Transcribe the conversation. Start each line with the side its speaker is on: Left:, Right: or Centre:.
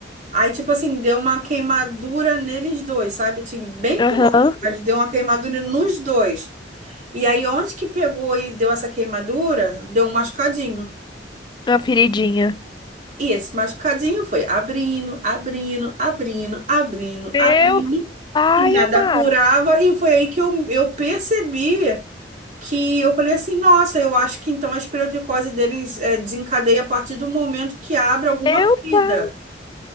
Right: Aí, tipo assim, deu uma queimadura neles dois, sabe? Tinha bem
Left: Aham,
Right: pouco, mas deu uma queimadura nos dois. E aí, onde que pegou e deu essa queimadura, deu um machucadinho.
Left: uma feridinha.
Right: E esse machucadinho foi abrindo, abrindo, abrindo, abrindo,
Left: Meu
Right: abrindo,
Left: pai
Right: e nada
Left: amado.
Right: curava. E foi aí que eu, eu percebi que eu falei assim: nossa, eu acho que então a espeleoticose deles eh, desencadeia a partir do momento que abre alguma
Left: Meu
Right: ferida.
Left: pai.